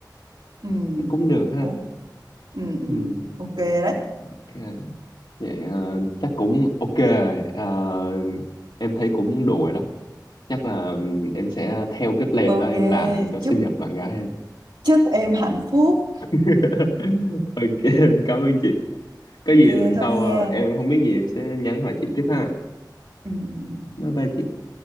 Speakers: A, on the right; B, on the left.
A: ừ.
B: Chắc cũng được ha.
A: đúng ừ. ừ.
B: Ừ,
A: ok đấy
B: ok. Vậy ờ, chắc cũng ok. Ờ, em thấy cũng đủ rồi đó. Chắc là ừm, em sẽ theo cái plan
A: ok
B: đó em làm cho sinh
A: chúc
B: nhật bạn gái em.
A: chúc em hạnh phúc
B: <laughs> ok em cảm ơn chị có
A: ok
B: gì lần sau
A: thôi nha
B: ờ, em không biết gì em sẽ nhắn hỏi chị tiếp ha
A: ừ. ừ, ừ.
B: bye bye chị